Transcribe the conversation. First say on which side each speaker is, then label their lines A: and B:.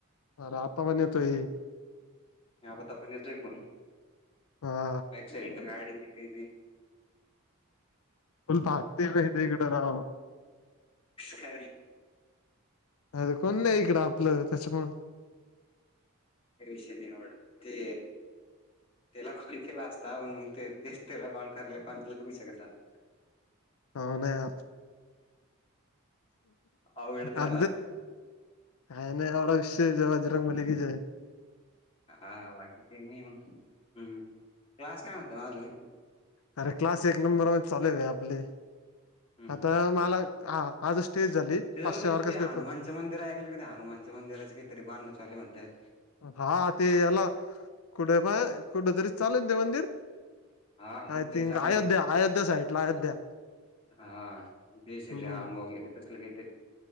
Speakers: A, on the left; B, on the left.
A: अर्थात म्हन तोय
B: ता आपण येतोय पण
A: हा
B: बॅक साईड गाडी निघाली नाही
A: स्वलप हत्ते आहे गिड राव
B: का
A: अरे कोण नाही इकडं आपलं त्याच्या प
B: या विषय नाही आवडला ते त्याला कॉल केला असताण मग ते ते त्याला कॉल करायला कॉण बगू शकतात
A: हो ना या
B: अवघडच झाला
A: अ
B: आता
A: काय नाहीये विश्राम बजरंग मल्लीिकीय
B: हा बाकी काही नाही मग हम्म क्लास काय म्हणतो अजून
A: अरे क्लास एक नंबर चाले आपले
B: हम्म
A: आता मला आज स्टेज झाली
B: ते जाऊ
A: पाचशे
B: दे
A: वर्गाच
B: तू ते हनुमानचं
A: पेपर
B: मंदिर एकक कण हानु माण मंदिराे क तरी बाध चालय
A: हा ते याला कुठे म कुठ तरी चालेल ना ते मंदिर
B: हा कुठतरी
A: य थिं
B: चालू
A: अयोध्येअयोध्ये्या
B: आहे
A: साईडला अयोध्या
B: हा बेस
A: हम्म
B: कॅम्प आम होग कसलगेतरी